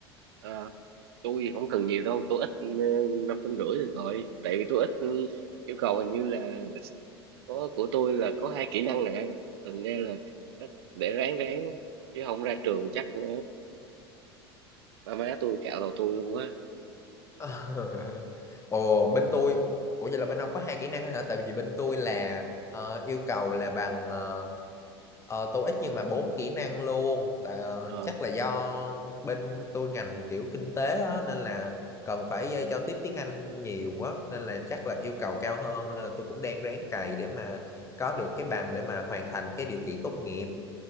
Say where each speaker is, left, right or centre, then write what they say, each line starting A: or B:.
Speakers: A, on the right; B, on the left.
A: à, tôi không cần nhiều đâu tôi ít ừ, năm trăm rưỡi được rồi tại vì tôi ít ừ, yêu cầu hình như là có của tôi là có hai kỹ năng nè thành ra là chắc để ráng ráng chứ không ra trường chắc nữa ba má tôi cạo đầu tôi luôn á
B: <laughs> Ờ. Ồ bên tôi Ủa vậy là bên ông có hai kỹ năng hả? Tại vì bên tôi là ờ, yêu cầu là bằng ờ, ờ, TOEIC nhưng mà bốn kỹ năng luôn. Tại, ờ,
A: Ờ.
B: chắc là do bên tôi ngành kiểu kinh tế á, nên là cần phải ờ, giao tiếp tiếng Anh nhiều quá nên là chắc là yêu cầu cao hơn nên là tôi cũng đang ráng cày để mà có được cái bằng để mà hoàn thành cái điều kiện tốt nghiệp.